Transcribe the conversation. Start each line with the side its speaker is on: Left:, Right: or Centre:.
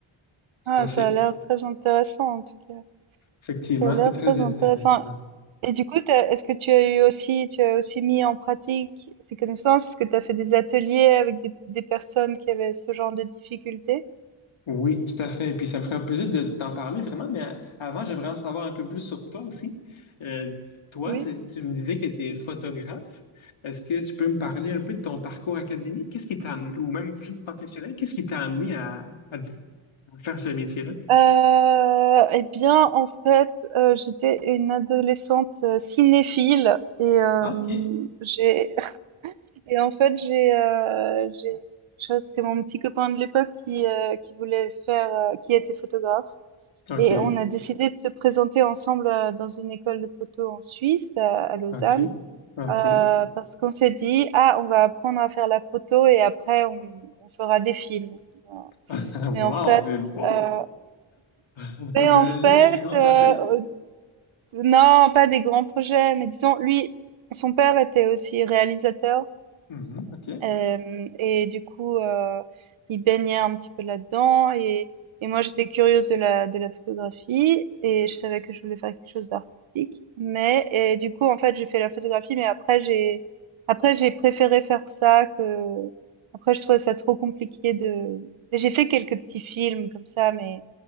Left: tout
Right: Ah,
Left: à fait.
Right: ça a l'air très intéressant en tout cas.
Left: Effectivement,
Right: Ça a l'air
Left: c'était très
Right: très
Left: intéressant.
Right: intéressant. Et du coup, t'as- est-ce que tu as eu aussi, tu as aussi mis en pratique ces connaissances? Est-ce que tu as fait des ateliers avec des, des personnes qui avaient ce genre de difficultés?
Left: Oui, tout à fait. Et puis, ça me ferait plaisir de t'en parler vraiment, mais a- avant, j'aimerais en savoir un peu plus sur toi aussi. Euh, toi,
Right: Oui.
Left: c'est- tu me disais que tu es photographe. Est-ce que tu peux me parler un peu de ton parcours académique? Qu'est-ce qui t'a amené, ou même juste professionnel, qu'est-ce qui t'a amené à, à- à faire ce métier-là?
Right: Euh, eh bien, en fait, euh, j'étais une adolescente euh, cinéphile et euh,
Left: OK.
Right: j'ai <laughs> et en fait j'ai euh, j'ai ça, c'était mon petit copain de l'époque qui euh, qui voulait faire euh, qui était photographe
Left: OK,
Right: Et on a décidé de se présenter ensemble, heu, dans une école de photo en Suisse, heu, à Lausanne,
Left: OK, OK.
Right: heu, parce qu'on s'est dit: «Ah, on va apprendre à faire la photo et après on on fera des films». Voilà.
Left: <laughs>
Right: Mais
Left: Wow,
Right: en fait,
Left: c'est beau!
Right: heu,
Left: <laughs>
Right: mais
Left: T'as déjà
Right: en fait,
Left: eu des grands
Right: heu,
Left: projets?
Right: heu, non, pas des grands projets, mais disons lui, son père était aussi réalisateur
Left: Mhm, OK.
Right: Hem et du coup, heu, il baignait un petit peu là-dedans et et moi j'étais curieuse de la de la photographie et je savais que je voulais faire quelque chose d'artistique. Mais et du coup, en fait, j'ai fait la photographie, mais après j'ai après j'ai préféré faire ça que après je trouvais ça trop compliqué de j'ai fait quelques petits films comme ça, mais